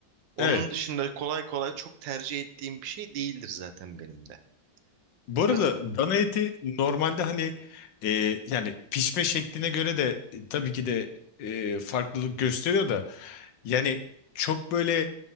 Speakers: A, on the right; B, on the left.
A: Onun
B: evet.
A: dışında kolay kolay çok tercih ettiğim bir şey değildir zaten benim de.
B: Bu arada
A: Biraz...
B: dana eti normalde hani e, yani pişme şekline göre de e, tabii ki de e, farklılık gösteriyor da yani çok böyle